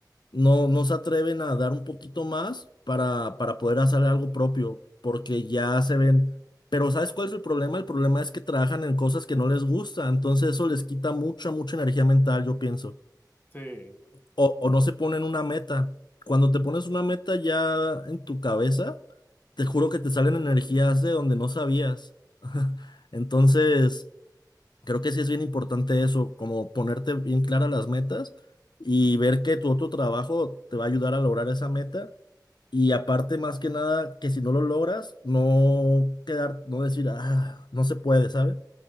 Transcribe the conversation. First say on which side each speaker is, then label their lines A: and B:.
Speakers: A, on the left; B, on the left.
A: no, no se atreven a dar un poquito más para, para poder hacer algo propio, porque ya se ven. Pero ¿sabes cuál es el problema? El problema es que trabajan en cosas que no les gusta, entonces eso les quita mucha, mucha energía mental, yo pienso.
B: Sí.
A: O, o no se ponen una meta. Cuando te pones una meta ya en tu cabeza, te
B: Ujú,
A: juro que te salen energías de donde no sabías. <laughs> Entonces... Creo que sí es bien importante eso, como ponerte bien claras las metas y
B: ujú.
A: ver que tu otro trabajo te va a ayudar a lograr esa meta. Y aparte, más que nada, que si no lo logras, no quedar, no decir, ah, no se puede, ¿sabes?